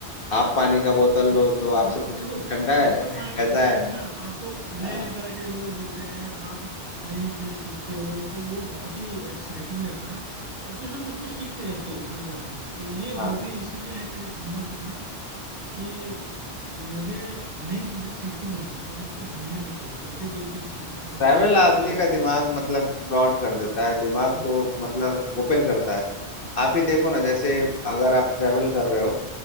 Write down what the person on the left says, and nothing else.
आप पानी का बोतल
लो तो आपसे
पूछेंगे
ठंडा
है
<laughs> कैसा
है
हाँ
हाँ
ट्रैवल
आदमी
का दिमाग
मतलब ब्रॉड कर देता है दिमाग
को मतलब ओपन करता है आप
ही देखो ना जैसे अगर आप ट्रैवल कर रहे हो